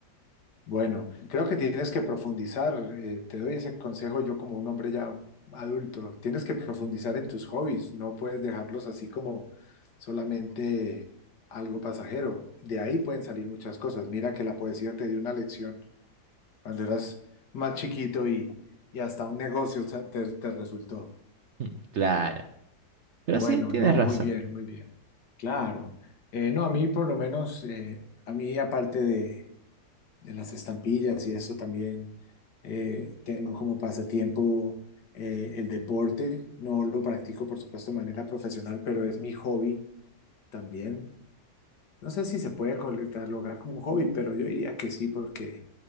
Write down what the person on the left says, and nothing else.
Bueno, creo que tienes que profundizar, eh, te doy ese consejo yo como un hombre ya adulto, tienes que profundizar en tus hobbies, no puedes dejarlos así como solamente algo pasajero, de ahí pueden salir muchas cosas, mira que la poesía te dio una lección cuando eras más chiquito y, y hasta un negocio o sea, te, te resultó.
Bueno,
no,
muy bien, muy bien, claro, Eh, no, a mí por lo menos, eh, a mí aparte de de las estampillas y eso también. eh, tengo como pasatiempo eh, el deporte. No lo practico, por supuesto, de manera profesional, pero es mi hobby también. No sé si se puede col- catalogar como un hobby, pero yo diría que sí, porque